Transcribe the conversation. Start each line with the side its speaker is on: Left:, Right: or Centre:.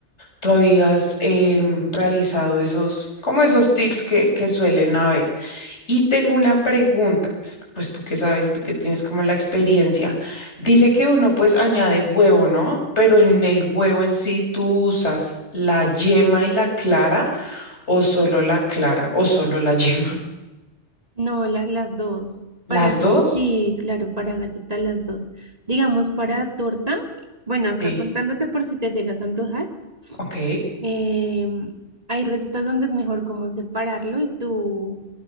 Left: ¿Tú habías em, realizado esos, como esos tips que, que suelen haber? Y tengo una pregunta, pues pues tú que sabes, tú que tienes como la experiencia. Dice que uno pues añade huevo, ¿no? Pero en el huevo en sí tú usas la yema y la clara o solo la clara o solo la <laughs> yema.
Right: No, la- las dos.
Left: ¿Las
Right: Para,
Left: dos?
Right: sí, claro, para galleta las dos. Digamos, para torta, bueno, acá
Left: Sí,
Right: contándote por si te llegas a antojar,
Left: ok,
Right: em, hay recetas donde es mejor como separarlo y tú